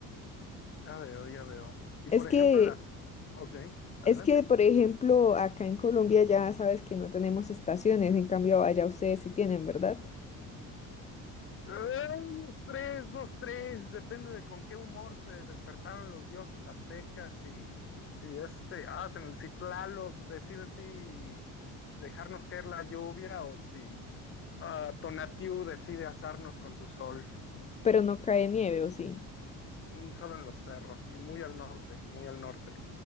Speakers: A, on the left; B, on the left.
A: Ya veo, ya veo. Y
B: Es
A: por
B: que,
A: ejemplo las... Ok, adelante.
B: es que, por ejemplo, acá en Colombia ya sabes que no tenemos estaciones, en cambio allá ustedes sí tienen, ¿verdad?
A: ¡Eh! Dos, tres, dos, tres, depende de con qué humor se despertaron los dioses aztecas y si este, ah, se si Tlaloc decide si dejarnos caer la lluvia o si ah, Tonatiuh decide asarnos con su sol.
B: Pero no cae nieve, ¿o sí?
A: Mm, Solo en los cerros y muy al norte, muy al norte.